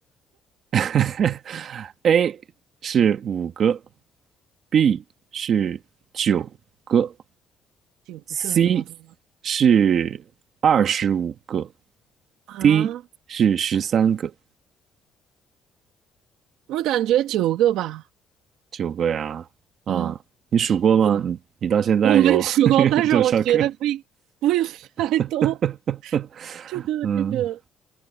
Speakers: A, on the right (about 55°); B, on the right (about 85°).
A: <laughs>？A 是五个，B 是九个
B: 九个这么多吗？
A: ，C 是二十五个
B: 啊，
A: ，D 是十三个，
B: 我感觉九个吧。
A: 九个呀。啊，
B: 嗯，
A: 你数过吗？
B: 不能，
A: 你你到现在有
B: 我没数过，
A: <laughs> 有多少个？
B: 但是我觉得不应不用太多。
A: <laughs>
B: 这个这个，
A: 嗯。